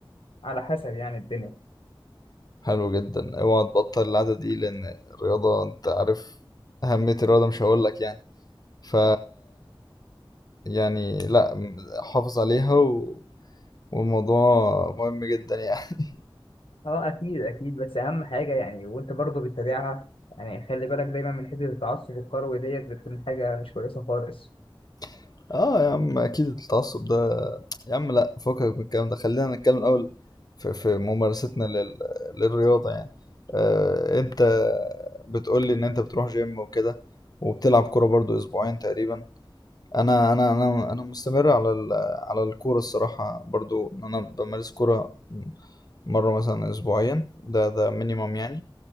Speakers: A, on the left; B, on the left.
A: على حسب يعني الدنيا
B: حلو جدا اوعى تبطل العادة دي لان الرياضة انت عارف أهمية الرياضة مش هقولك يعني ف يعني لا م- حافظ عليها و... والموضوع مهم جدا يعني
A: اه اكيد اكيد بس اهم حاجه يعني وانت برضه بتتابعها يعني خلي بالك دايما من حته التعصب الكروي ديت بتكون حاجه مش كويسه خالص
B: <laughs> اه يا عم اكيد التعصب ده يا عم لا فكك من الكلام ده خلينا نتكلم الاول في, في ممارستنا لل... للرياضة يعني آه انت بتقولي ان انت بتروح جيم وكده وبتلعب كورة برضو اسبوعين تقريبا انا انا انا انا مستمر على ال... على الكورة الصراحة برضو ان انا بمارس كورة مرة مثلا اسبوعيا ده ده مينيمم يعني